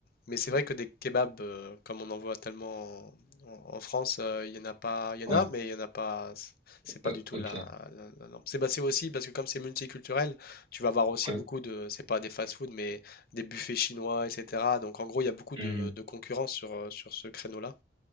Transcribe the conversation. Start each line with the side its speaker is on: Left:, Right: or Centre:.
Left: mais c'est vrai que des kebabs, euh, comme on en voit tellement en, en- France, euh, il y en a pas, il y
Right: Ouais.
Left: en a, mais il y en a pas. C'est pas
Right: ouais,
Left: du tout
Right: ok.
Left: la, la, la norme. C'est bah, c'est aussi parce que comme c'est multiculturel, tu vas avoir aussi
Right: Ouais.
Left: beaucoup de, c'est pas des fast-food, mais des buffets chinois, etc. Donc en gros, il y a beaucoup de,
Right: Hmm.
Left: de concurrence sur euh, sur ce créneau-là.